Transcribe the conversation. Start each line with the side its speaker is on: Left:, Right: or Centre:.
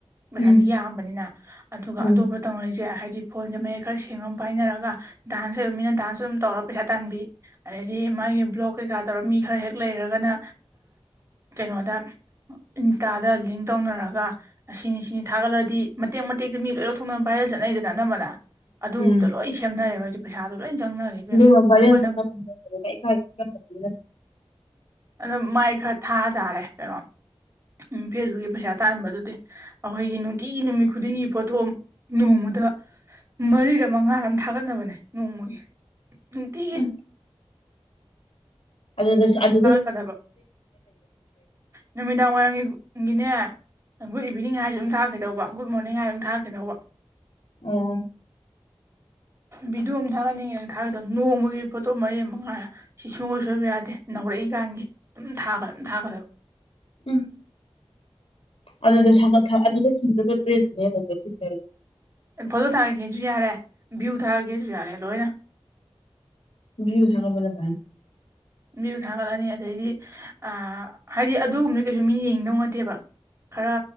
Right: ꯄꯩꯁꯥꯁꯦ
Left: ꯎꯝ
Right: ꯌꯥꯝꯕꯅꯤꯅ ꯑꯗꯨꯒ
Left: ꯎꯝ
Right: ꯑꯇꯣꯞꯄ ꯇꯧꯅꯔꯤꯁꯦ ꯍꯥꯏꯗꯤ ꯐꯣꯟꯁꯦ ꯃꯌꯦꯛ ꯈꯔ ꯁꯦꯡꯉ ꯄꯥꯏꯅꯔꯒ ꯗꯥꯟꯁ ꯂꯩꯕ ꯃꯤꯅ ꯗꯥꯟꯁꯁꯨ ꯑꯗꯨꯝ ꯇꯧꯔ ꯄꯩꯁꯥ ꯇꯥꯟꯕꯤ ꯑꯗꯩꯗꯤ ꯃꯥꯒꯤ ꯕ꯭ꯂꯣꯛ ꯀꯩꯀꯥ ꯇꯧꯔꯒ ꯃꯤ ꯈꯔ ꯍꯦꯛ ꯂꯩꯈꯔꯒꯅ ꯀꯩꯅꯣꯗ ꯏꯟꯁꯇꯥꯗ ꯂꯤꯡ ꯇꯧꯅꯔꯒ ꯑꯁꯤꯅꯤ ꯁꯤꯅꯤ ꯊꯥꯒꯠꯂꯗꯤ ꯃꯇꯦꯛ ꯃꯇꯦꯛꯇ ꯃꯤ ꯂꯣꯏ ꯂꯧꯊꯣꯛꯅꯅꯕ ꯚꯥꯏꯔꯦꯜ ꯆꯠꯅꯩꯗꯅ ꯑꯅꯝꯕꯅ ꯑꯗꯨꯒꯨꯝꯕ
Left: ꯎꯝ
Right: ꯂꯣꯏ ꯁꯦꯝꯅꯔꯦꯕ ꯍꯧꯖꯤꯛ ꯄꯩꯁꯥꯗꯨ ꯂꯣꯏ ꯆꯪꯅꯔꯦ ꯏꯕꯦꯝꯃ
Left: ꯑꯗꯨꯒ ꯚꯥꯏꯔꯥꯜ
Right: ꯑꯩꯈꯣꯏꯅ
Left: <inaudible> ꯑꯦꯀꯥꯏ ꯈꯪꯗꯕꯅꯤꯅ
Right: ꯑꯣ ꯃꯥꯏ ꯈꯔ ꯊꯥꯇꯥꯥꯔꯦ ꯀꯩꯅꯣ ꯎꯝ ꯐꯦꯁꯕꯨꯛꯀꯤ ꯄꯩꯁꯥ ꯇꯥꯍꯟꯕꯗꯨꯗꯤ ꯑꯩꯈꯣꯏꯒꯤ ꯅꯨꯡꯇꯤꯒꯤ ꯅꯨꯃꯤꯠ ꯈꯨꯗꯤꯡꯒꯤ ꯄꯣꯠꯊꯣꯛ ꯅꯣꯡꯃꯗ ꯃꯔꯤꯗ ꯃꯉꯥꯔ ꯑꯃꯝ ꯊꯥꯒꯠꯅꯕꯅꯦ ꯅꯣꯡꯃꯒꯤ ꯅꯨꯡꯇꯤꯒꯤ
Left: ꯎꯝ ꯑꯗꯨꯁꯨ ꯑꯗꯨ
Right: ꯐꯗꯕꯣ ꯅꯨꯃꯤꯗꯥꯡ ꯋꯥꯏꯔꯝꯒꯤ ꯒꯤꯅꯦ ꯒꯨꯗ ꯏꯕꯤꯅꯤꯡ ꯍꯥꯏꯁꯨ ꯑꯗꯨꯝ ꯊꯥꯛꯀꯦꯗꯧꯕ ꯒꯨꯗ ꯃꯣꯔꯅꯤꯡ ꯍꯥꯏ ꯑꯗꯨꯝ ꯊꯥꯔꯛꯀꯦ ꯇꯧꯕ
Left: ꯎꯝ
Right: ꯚꯗꯤꯑꯣ ꯑꯃ ꯊꯥꯒꯠꯅꯤꯡꯉꯦꯅ ꯊꯥꯒꯗꯣ ꯅꯣꯡꯃꯒꯤ ꯐꯣꯇꯣ ꯃꯔꯤ ꯑꯃ ꯃꯉꯥꯏꯔ ꯁꯤ ꯁꯨꯡꯒꯣꯏ ꯁꯣꯏꯕ ꯌꯥꯗꯦ ꯅꯧꯔꯛꯏꯀꯥꯟꯒꯤ ꯑꯗꯨꯝ ꯊꯥꯈ꯭ꯔꯦ ꯑꯗꯨꯝ ꯊꯥꯈꯠ꯭ꯔꯦꯕ
Left: ꯎꯝ ꯑꯗꯨꯗ ꯑꯗꯨꯗ ꯁꯤꯁꯤꯡꯖꯕ ꯗ꯭ꯔꯦꯁꯅꯦ ꯄꯤꯖꯒꯦ
Right: ꯐꯣꯇꯣ ꯊꯥꯔꯒꯦꯁꯨ ꯌꯥꯔꯦ ꯚꯤꯌꯨ ꯊꯥꯔꯒꯦꯁꯨ ꯌꯥꯔꯦ ꯂꯣꯏꯅ
Left: ꯌꯨꯁꯥꯒꯕꯂ ꯄꯥꯏ
Right: ꯃꯤꯕꯨ ꯊꯥꯒꯠꯂꯅꯤ ꯑꯗꯩꯗꯤ ꯑ ꯍꯥꯏꯗꯤ ꯑꯗꯨꯒꯨꯝꯕꯅ ꯀꯩꯁꯨ ꯃꯤꯅ ꯌꯦꯡꯗꯧ ꯅꯠꯇꯦꯕ ꯈꯔ